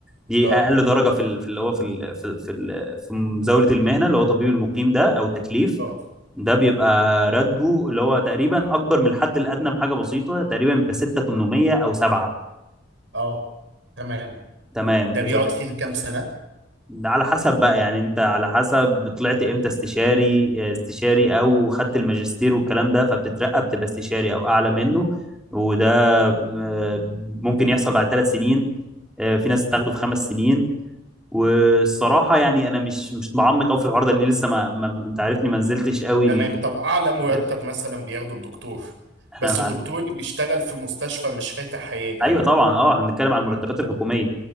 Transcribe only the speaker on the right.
اه
اه
اه تمام
ده بيقعد
فيها كام سنة
تمام
طب أعلى مرتب
مثلا بياخده الدكتور
بس
الدكتور اللي بيشتغل في مستشفى مش فاتح عيادة
يعني
اه